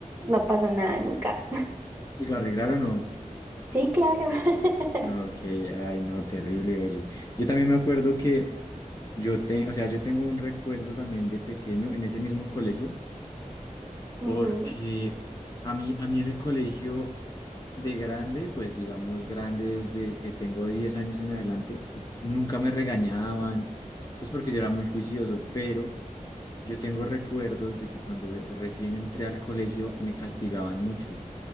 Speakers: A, on the right (about 20°); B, on the left (about 25°).
A: no pasó nada nunca.
B: ¿Y lo arreglaron o
A: Sí, claro. <laughs>
B: no? Ok, ay, no, terrible, oye. Yo también me acuerdo que yo, te, o sea, yo tengo un recuerdo también de pequeño en ese mismo colegio.
A: Ujú.
B: porque a mí, a mí en el colegio de grande, pues digamos grande desde que tengo 10 años en adelante, n- nunca me regañaban, pues porque yo era muy juicioso, pero yo tengo recuerdos de que cuando eh, recién entré al colegio me castigaban mucho,